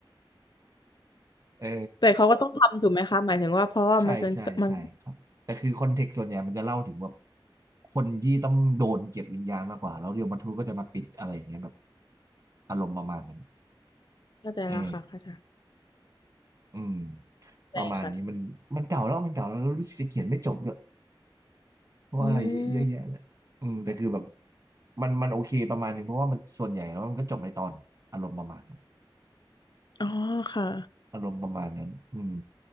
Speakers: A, on the right; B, on the left.
A: เออ
B: แต่เขาก็ต้องทำถูกไหมคะหมายถึงว่าเพราะว่ามันเป็นมัน
A: ใช่ใช่ใช่ครับแต่คือคอนเทกต์ส่วนใหญ่มันจะเล่าถึงแบบคนที่ต้องโดนเก็บวิญญาณมากกว่าแล้วยมทูตก็จะมาปิดอะไรอย่างเงี้ยแบบอารมณ์ประมาณนั้น
B: เข้าใจแล้วค่ะเข้าใจ
A: เออ อืม
B: ใช่ค่ะ
A: ประมาณนี้มันมันเก่าแล้วมันเก่าแล้วแล้วรู้สึกจะเขียนไม่จบด้วยเพราะอะไรเยอะแยะเลยอืมแต่คือแบบ
B: อืม
A: มันมันโอเคประมาณหนึงเพราะว่ามันส่วนใหญ่แล้วมันก็จบในตอนอารมณ์ประมาณนั้น
B: อ๋อค่ะ
A: อารมณ์ประมาณนั้นอืม